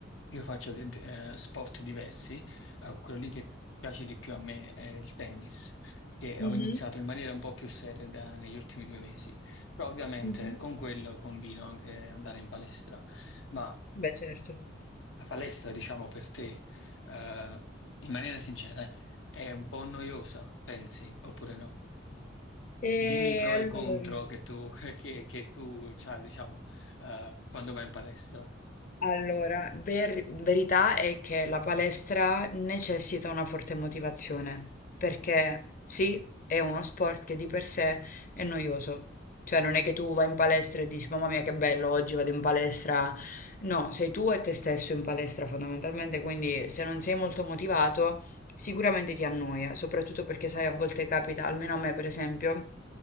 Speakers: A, on the left; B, on the left.
A: io faccio de- de- eh, sport diversi, eh, quello lì che piace di più a me è il tennis che
B: Mh-mh.
A: ho iniziato in maniera un po' più seria da- negli ultimi due mesi. Però ovviamente
B: Mh-mh.
A: con quello combino anche andare in palestra. Ma
B: Beh, certo.
A: la palestra, diciamo per te, eh, in maniera sincera, è un po' noiosa, pensi, oppure no?
B: E
A: Dimmi i pro
B: allora
A: e i contro che tu, <laughs> che, che tu c'hai, diciamo, eh, quando vai in palestra.
B: Allora, ver- verità è che la palestra necessita una forte motivazione, perché sì, è uno sport che di per sé è noioso. Cioè, non è che tu vai in palestra e dici, mamma mia, che bello, oggi vado in palestra. No, sei tu e te stesso in palestra fondamentalmente, quindi se non sei molto motivato, sicuramente ti annoia, soprattutto perché sai, a volte capita, almeno a me per esempio,